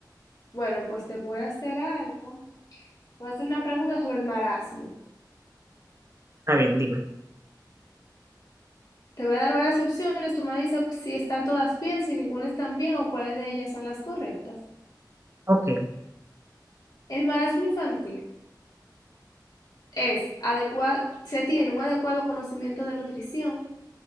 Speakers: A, on the left; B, on the right.
A: Bueno, pues te voy a hacer algo. Te voy a hacer una pregunta sobre el marasmo.
B: está bien, dime.
A: Te voy a dar varias opciones. Tú me dices si están todas bien, si ninguna están bien o cuáles de ellas son las correctas.
B: Ok.
A: El marasmo infantil es adecuado, se tiene un adecuado conocimiento de nutrición,